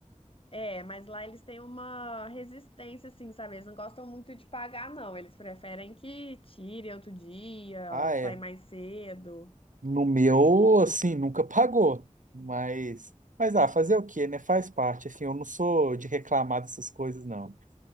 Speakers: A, on the left; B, on the right.
A: É, mas lá eles têm uma resistência assim, sabe? Eles não gostam muito de pagar não. Eles preferem que tire outro dia,
B: Ah,
A: sai
B: é.
A: mais cedo.
B: No meu, assim, nunca pagou. Mas, mas ah, fazer o quê, né? Faz parte. Assim, eu não sou de reclamar dessas coisas, não.